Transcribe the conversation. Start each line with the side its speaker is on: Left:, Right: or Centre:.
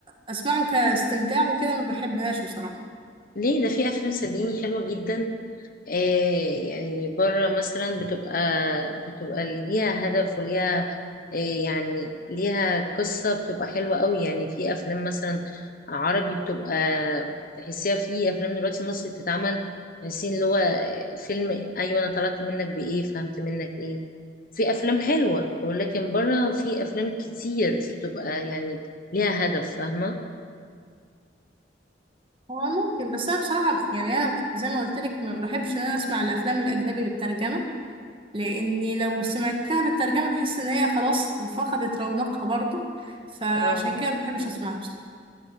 Right: أسمعه كاستمتاع وكده ما بحبهاش بصراحة
Left: ليه ده في افلام صدقيني حلوه جدا إيه يعني بره مثلا بتبقى بتبقى ليها هدف وليها إيه يعني ليها قصة بتبقى حلوة قوي يعني في أفلام مثلا عربي بتبقى تحسيها في أفلام دلوقتي مصري بتتعمل تحسين اللي هو فيلم أيوة أنا طلعت منك بإيه فهمت منك إيه في أفلام حلوة ولكن بره في أفلام كتير بتبقى يعني ليها هدف فاهمة
Right: هو ممكن بس انا بصراحه يعني انا زي ما قلت لك ما بحبش ان انا اسمع الافلام الاجنبي بالترجمه لاني لو سمعتها بالترجمه بحس ان هي خلاص فقدت رونقها برضو فعشان
Left: اه
Right: كده ما بحبش اسمعها بصراحه